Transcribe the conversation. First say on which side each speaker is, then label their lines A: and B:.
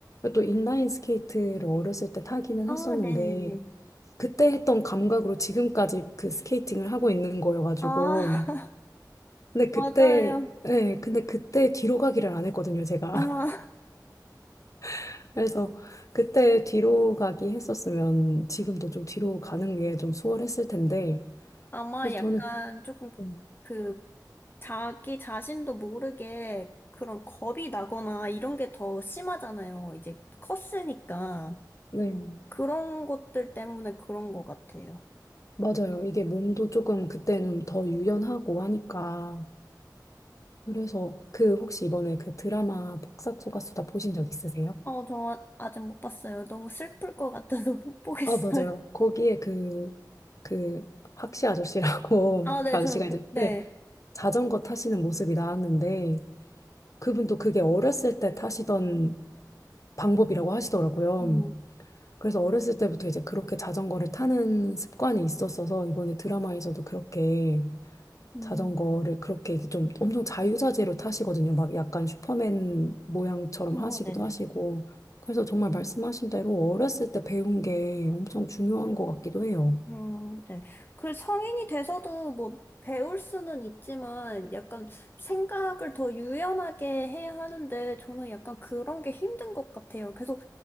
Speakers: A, on the left; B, on the left.
A: 또 인라인 스케이트를 어렸을 때 타기는
B: 아,
A: 했었는데,
B: 네네네.
A: 그때 했던 감각으로 지금까지 그 스케이팅을 하고 있는 거여가지고.
B: 아, <laughs>
A: 근데 그때,
B: 맞아요.
A: 네, 근데 그때 뒤로 가기를 안 했거든요, 제가.
B: 아.
A: <laughs> 그래서 그때 뒤로 가기 했었으면 지금도 좀 뒤로 가는 게 좀 수월했을 텐데.
B: 아마
A: 그래서
B: 약간
A: 저는,
B: 조금
A: 음,
B: 그 자기 자신도 모르게 그런 겁이 나거나 이런 게 더 심하잖아요. 이제 컸으니까.
A: 네,
B: 그런 것들 때문에 그런 것 같아요.
A: 맞아요. 이게 몸도 조금 그때는 더 유연하고 하니까. 그래서 그 혹시 이번에 그 드라마 복싹소가수다 보신 적 있으세요?
B: 어, 저 아직 못 봤어요. 너무 슬플 것 같아서 <laughs> 못 보겠어요.
A: 아, 맞아요. 거기에 그, 그, 박씨 아저씨라고,
B: 아,
A: <laughs>
B: 네,
A: 그 아저씨가
B: 저는, 그,
A: 이제,
B: 네.
A: 네, 자전거 타시는 모습이 나왔는데, 그분도 그게 어렸을 때 타시던 방법이라고 하시더라고요.
B: 음,
A: 그래서 어렸을 때부터 이제 그렇게 자전거를 타는 습관이 있었어서, 이번에 드라마에서도 그렇게
B: 음.
A: 자전거를 그렇게 좀 엄청 자유자재로 타시거든요. 막 약간 슈퍼맨 모양처럼
B: 어,
A: 하시기도
B: 네네.
A: 하시고. 그래서 정말 말씀하신 대로 어렸을 때 배운 게 엄청 중요한 것 같기도 해요.
B: 음, 네. 그 성인이 돼서도 뭐 배울 수는 있지만 약간 생각을 더 유연하게 해야 하는데 저는 약간 그런 게 힘든 것 같아요. 계속,